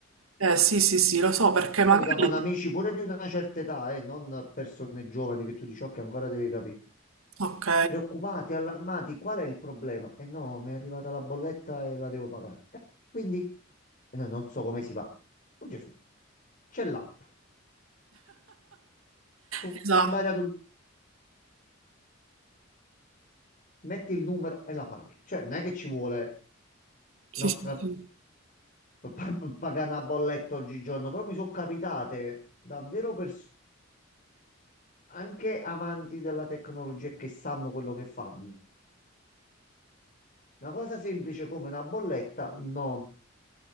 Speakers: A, on the right (about 90°); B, on the left (about 40°).
A: Eh sì, sì, sì, lo so perché
B: Capita
A: magari...
B: con amici pure di una certa età, eh, non persone giovani che tu dici, ok, ancora devi capire.
A: Ok,
B: Preoccupati, allarmati, qual è il problema? E no, mi è arrivata la bolletta e la devo pagare. Eh, quindi? E noi non so come si paga. Oh Gesù, c'è l'app. Pu-
A: esatto.
B: Puoi andare ad un... metti il numero e la paghi. Cioè, non è che ci vuole
A: Sì,
B: nostra...
A: sì, sì.
B: p- p- pagare una bolletta oggigiorno, però mi sono capitate davvero persone, anche amanti della tecnologia e che sanno quello che fanno. Una cosa semplice come una bolletta, no,